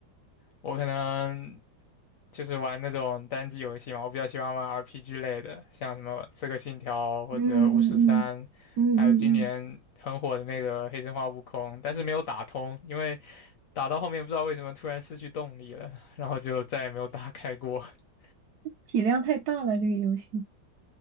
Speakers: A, on the left; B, on the right.
A: 我可能就是玩那种单机游戏嘛，我比较喜欢玩 RPG 类的，像什么《刺客信条》或者《巫师三》，
B: 嗯嗯嗯嗯嗯嗯，
A: 还有今年很火的那个《黑神话：悟空》，但是没有打通，因为打到后面不知道为什么突然失去动力了，然后就再也没有打开过。<laughs>
B: 体量太大了，这个游戏。